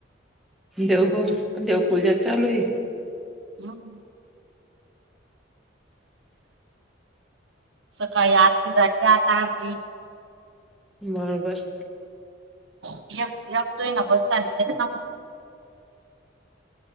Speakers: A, in the centre; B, on the right (about 70°).
A: देव बघू देव पूजा चालू आहे.
B: हम्. सकाळी आरती झाली आता आरती
A: बरोबर.
B: य <unintelligible>